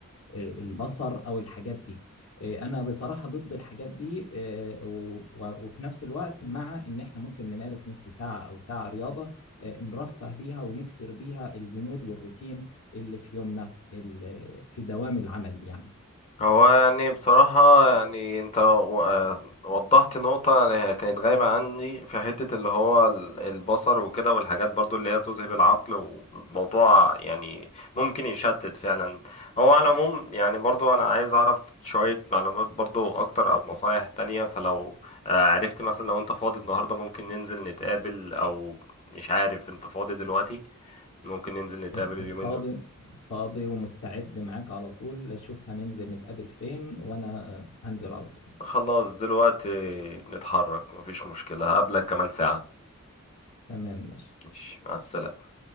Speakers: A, on the left (about 75°); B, on the left (about 30°).
A: آه، البصر او الحاجات دي آه، انا بصراحه ضد الحاجات دي آه، و- و- وفي نفس الوقت مع ان احنا ممكن نمارس نص ساعه او ساعه رياضه آه، نرفه بيها ونكسر بيها الجمود والروتين اللي في يومنا ال- في دوام العمل يعني
B: هو يعني بصراحة يعني انت و- آه وضحت نقطة يعني كانت غايبة عني في حتة اللي هو ال- البصر وكده والحاجات برضو اللي هي تذهب العقل وموضوع يعني ممكن يشتت فعلا هو على العموم يعني برضو انا عايز اعرف شوية معلومات برضو اكتر او نصايح تانية فلو آه، عرفت مثلا لو انت فاضي النهاردة ممكن ننزل نتقابل او مش عارف انت فاضي دلوقتي ممكن ننزل نتقابل
A: إيه،
B: اليومين
A: فاضي
B: دول
A: فاضي ومستعد معاك على طول شوف هننزل نتقابل فين وانا آه، هنزل على طول
B: خلاص دلوقتي نتحرك مفيش مشكلة هقابلك كمان ساعة
A: تمام ماشي
B: ماشي مع السلامة